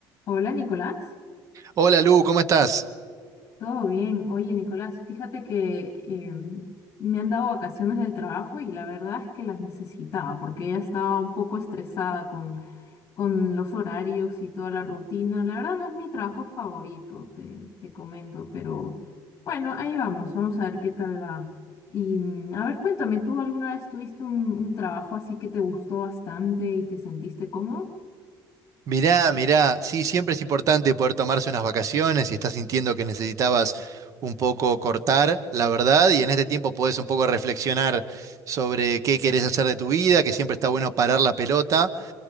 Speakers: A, on the left (about 40°); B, on the right (about 40°).
A: Hola Nicolás,
B: Hola Lu, ¿cómo estás?
A: ¿todo bien? Oye Nicolás, fíjate que em, me han dado vacaciones del trabajo y la verdad es que las necesitaba porque ya estaba un poco estresada con, con los horarios y toda la rutina. La verdad no es mi trabajo favorito, te, te comento, pero bueno, ahí vamos, vamos a ver qué tal va. Y mm, a ver, cuéntame, ¿tú alguna vez tuviste un, un trabajo así que te gustó bastante y te sentiste cómodo?
B: Mirá, mirá, sí, siempre es importante poder tomarse unas vacaciones si estás sintiendo que necesitabas un poco cortar, la verdad, y en este tiempo podés un poco reflexionar sobre qué querés hacer de tu vida, que siempre está bueno parar la pelota.